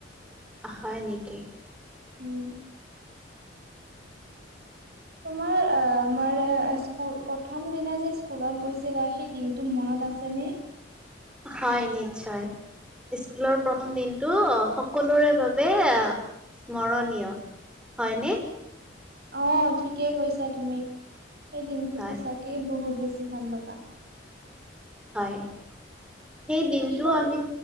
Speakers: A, in the centre; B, on the right.
A: অ' হয় নেকি
B: উম তোমাৰ অ' আমাৰ স্কুল প্ৰথম দিনা যে স্কুলত গৈছিলা সেই দিনটো মনত আছে নি
A: হয় নিশ্চয় স্কুলৰ প্ৰথম দিনটো সকলোৰে বাবে অ' স্মৰণীয় হয়নে
B: অ', ঠিকেই কৈছা তুমি সেই দিনতটো
A: হয়
B: সচাকেই বহুত বেছি বেছি ভাল লগা
A: হয় সেই দিনটো
B: কি কৰি
A: আমি